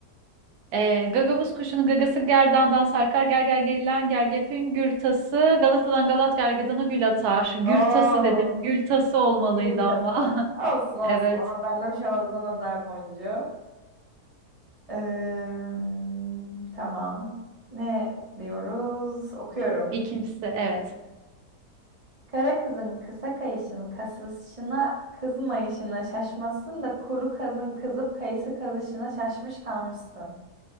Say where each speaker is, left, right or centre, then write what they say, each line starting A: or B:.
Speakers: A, on the right; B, on the right.
A: Ee, Gagavuz kuşunun gagası gerdandan sarkar gerger gerilen gergefin gürtası Galata'dan Galat gergedana gül atar. Gürtası
B: Oo,
A: dedim. Gültası olmalıydı
B: gül
A: ama.
B: tası.
A: <laughs>
B: Olsun olsun.
A: Evet.
B: Ondan da bir şey olmaz. O da nazar boncuğu. Eee, tamam. Ne diyoruz? Okuyorum.
A: İkincisi evet.
B: Kara kızın kısa kayışını kasışına kızmayışına şaşmasın da kuru kazın kızıp kayısı kazışına şaşmış kalmışsın.